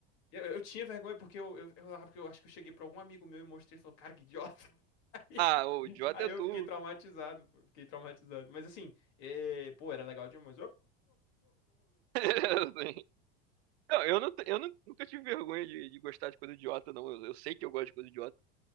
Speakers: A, on the left; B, on the right.
A: Eu, eu tinha vergonha porque eu, eu, eu, porque eu acho que eu cheguei pra algum amigo meu e mostrei e falou, cara, que idiota. <laughs>
B: Ah, o idiota
A: Aí
B: é
A: eu
B: tu.
A: fiquei traumatizado, pô, fiquei traumatizado. Mas assim, é, pô, era legal demais.
B: <laughs> Não, eu, não, eu não- nunca tive vergonha de, de gostar de coisa idiota, não. Eu, eu sei que eu gosto de coisa idiota.